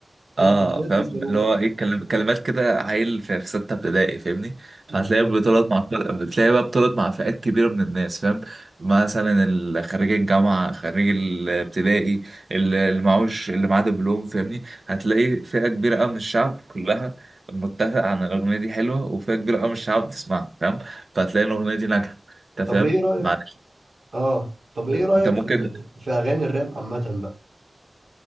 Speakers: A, on the right; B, on the right.
A: انتوا
B: اه
A: بجد
B: فاهم
A: ساروه
B: اللي هو ايه كلم- كلمات كده عيل في في سته ابتدائي فاهمني
A: بالظبط
B: فهتلاقيها بتطلع مع كل- بتلاقيها بقى بتطلع مع فئات كبيره من الناس فاهم مثلا ال- خريج الجامعه خريج الابتدائي ال- اللي معهوش اللي معاه دبلوم فاهمني هتلاقي فئه كبيره قوي من الشعب كلها متفق عن الاغنيه دي حلوه وفئه كبيره قوي من الشعب بتسمعها فاهم فهتلاقي الاغنيه دي ناجحه انت
A: طب
B: فاهم
A: ايه رايك
B: معلش
A: اه طب ايه رايك
B: انت ممكن
A: في ال- في اغاني الراب عامه بقى